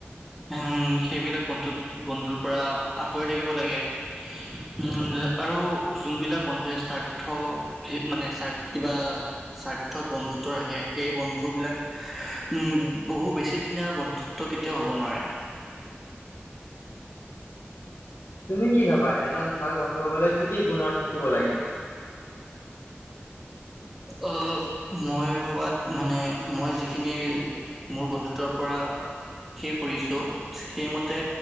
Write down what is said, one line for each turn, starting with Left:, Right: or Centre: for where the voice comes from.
Centre: হ সেইবিলাক বন্ধুত বন্ধুৰ পৰা আঁতৰি থাকিব লাগে উ আৰু যোনবিলাক বন্ধুৱে স্বাৰ্থ মানে সাৰ্থ কিবা স্বাৰ্থত বন্ধুত্ব ৰাখে সেই বন্ধুবিলাক উম বহু বেছিদিনীয়া বন্ধুত্ব কেতিয়াও হব নোৱাৰে্
Left: তুমি কি ভাবা এজন ভাল বন্ধু হবলৈ কি কি গুনৰ থাকিব লাগে?
Centre: আহ মই ভবাত মানে মই যিখিনি মোৰ বন্ধুত্বৰ পৰা শে কৰিছো সেইমতে